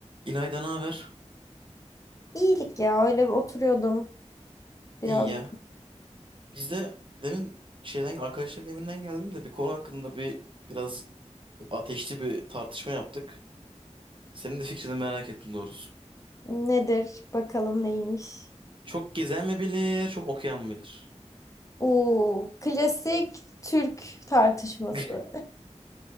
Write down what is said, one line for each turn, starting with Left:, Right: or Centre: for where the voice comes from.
Right: İlayda ne haber?
Left: İyilik ya öyle bir oturuyordum biraz.
Right: İyi ya. Biz de demin şeyden arkadaşların evinden geldim de bir konu hakkında bir biraz ateşli bir tartışma yaptık. Senin de fikrini merak ettim doğrusu.
Left: Nedir bakalım neymiş?
Right: Çok gezen mi bilir, çok okuyan mı bilir?
Left: Oo, klasik Türk tartışması.
Right: <laughs>